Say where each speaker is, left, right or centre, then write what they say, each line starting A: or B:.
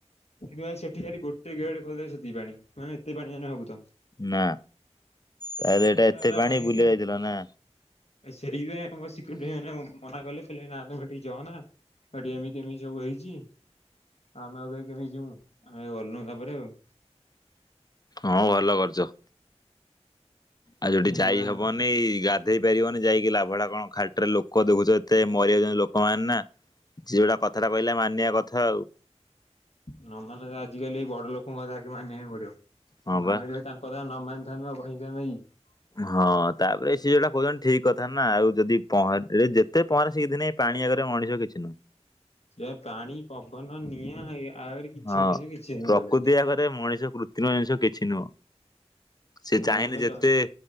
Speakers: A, on the left; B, on the left.
A: କିନ୍ତୁ ଆ ସେଠି ଖାଲି ଗୋଟେ ଗେଟ ଖୋଦେ ସେତିକି ପାଣି ମାନେ ଏତେ ପାଣି ମାନେ ଭାବୁଥା
B: ନା ତାହେଲେ ଏଇଟା ଏତେ
A: ମାତ୍ରା
B: ପାଣି ବୁଲିବାକୁ
A: ଅଛି ବା।
B: ଯାଇଥିଲା ନା।
A: ସେଇଥିପାଇଁ ଆମ ସିକ୍ୱରିଟି ଭାଇ ମାନେ ମନା କଲେ। ନାଇଁ ତମେ ହେଠିକି ଯାଆନା ଏମିତି ଏମିତି ସବୁ ହେଇଛି। ଆମେ ଆଉ କାହିଁ କେମିତି ଯିବୁ ଆମେ ଗଲନୁ ତାପରେ ଆଉ।
B: ହଁ ଭଲ କରୁଛ। ଆଉ ଯୋଉଠି ଯାଇ
A: ଏଇଭଳିଆ
B: ହବନି
A: ହେଲା।
B: ଏଇ ଗ ଦେଇପାରିବନି ଯାଇକି ଲାଭଡା କଣ ଖାଲିଟାରେ ଲୋକ ଦେଖୁଛ ଏତେ ମରିଯାଉଛନ୍ତି ଲୋକମାନେ ନା। ସିଏ ଯୋଉଟା କଥାଟା କହିଲା ମାନିବା କଥା ଆଉ।
A: ନ ମାନେ ତ ଆଜିକାଲି ଏଇ ବଡ ଲୋକଙ୍କ କଥାକେ ମାନିବା ପାଇଁ ପଡିବ।
B: ହଁ ବା
A: ଆମେ ଯ ତାଙ୍କ କଥା ନ ମିଥାନ୍ତୁ <unintelligible> <unintelligible>
B: ହଁ ତାପରେ ସେ ଯୋଉଟା ଠିକ କଥା ନା ଆଉ ଯଦିହଁରା ଯେତେ ପହଁରା ସେ ଦିନ ଏ ପାଣି ଆଗରେ ମଣିଷ କିଛି ନୁହଁ।
A: ଏ ପାଣି ପବନ ନିଆଁ ଆରେ କିଛି
B: ହଁ
A: ମଣିଷ କିଛି କହିଲ।
B: ପ୍ରକୃତି ଆଗରେ ମଣିଷ କୃତ୍ରିମ ଜିନିଷ କିଛି ନୁହଁ।
A: ସେଇଥିପାଇଁ
B: ସେ ଚାହିଁଲେ
A: ଆମେ
B: ଯେତେ
A: ଡରି